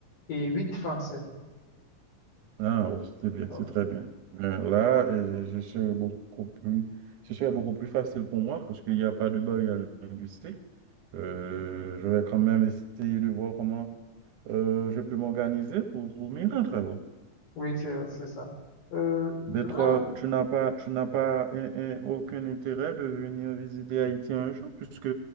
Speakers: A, on the left (about 85°); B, on the right (about 75°).
A: et 8 français.
B: Ah, oh, c'est bien,
A: Oh,
B: c'est très bien. Ben, là, euh, je serais beaucoup plus, ce serait beaucoup plus facile pour moi parce qu'il n'y a pas de barrière linguistique. Euh, je vais quand même essayer de voir comment euh, je peux m'organiser pour, pour m'y rendre. alors.
A: Oui, c'est c'est ça. Euh,
B: Mais
A: là,
B: toi, tu n'as pas, tu n'as pas un- un- aucun intérêt de venir visiter Haïti un jour puisque